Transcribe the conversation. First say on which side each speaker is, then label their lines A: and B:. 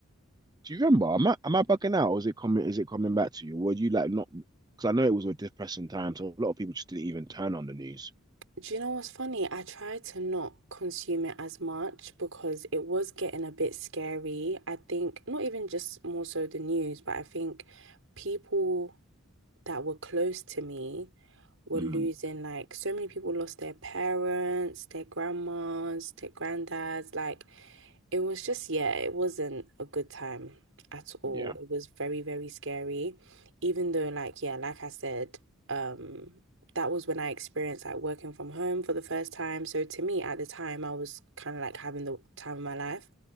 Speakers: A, on the right; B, on the right.
A: Do you remember? Am I am I bugging out or is it coming is it coming back to you? Were you like not because I know it was a depressing time, so a lot of people just didn't even turn on the news.
B: Do you know what's funny? I tried to not consume it as much because it was getting a bit scary. I think not even just more so the news, but I think people. that were close to me were
A: Mm,
B: losing like so many people lost their parents, their grandmas, their granddads. Like it was just, yeah, it wasn't a good time at all.
A: yeah,
B: It was very, very scary. Even though, like, yeah, like I said, um, that was when I experienced like working from home for the first time. So to me at the time, I was kind of like having the time of my life.